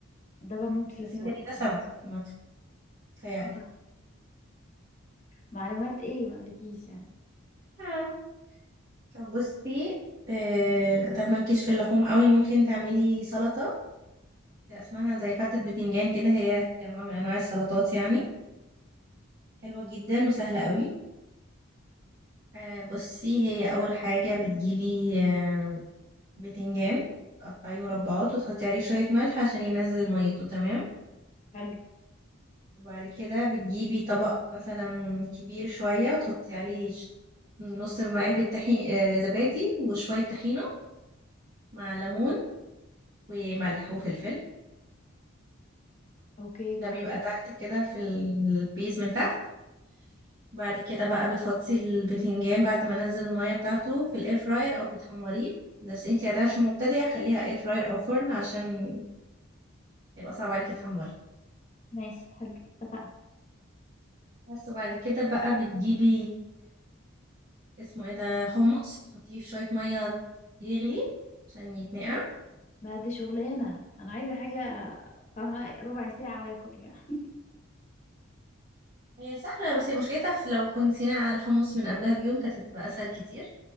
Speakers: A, on the left; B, on the right.
A: ده بموت فيه
B: سنجاري
A: بصراحة
B: ده سمك عامة تهيألي
A: آه، صح. معلومات ايه ما اقولكيش يعني
B: اه طب بصي آه، ده مالكيش في اللحوم قوي ممكن تعملي سلطة اسمها زي فتة بتنجان كده هي كنوع من انواع السلطات يعني حلوة جدا وسهلة قوي آه بصي هي اول حاجة بتجيبي آه بتنجان تقطعيه مربعات وتحطي عليه شوية ملح عشان ينزل ميته تمام
A: حلو
B: وبعد كده بتجيبي طبق مثلا كبير شوية وتحطي عليه ش- نص علبة طحين آه زبادي وشوية طحينة مع ليمون وملح وفلفل
A: اوكي كويس
B: ده بيبقى تحت كده في البيز من تحت بعد كده بقى بتحطي البتنجان بعد ما نزل المية بتاعته في الاير فراير او بتحمريه بس انتي عادة عشان مبتدئة خليها اير فراير او فرن عشان يبقى صعب عليكي تحمري
A: ماشي حلو اتفقنا
B: بس وبعد كده بقى بتجيبي اسمه ايه ده حمص تحطيه في شوية مية يغلي عشان يتنقع
A: بعد شغلانة انا عايزة حاجة فاهمة ربع ساعة واكل يعني
B: هي سهلة بس هي مشكلتها في لو كنت ناقعة الحمص من قبلها بيوم كانت هتبقى اسهل كتير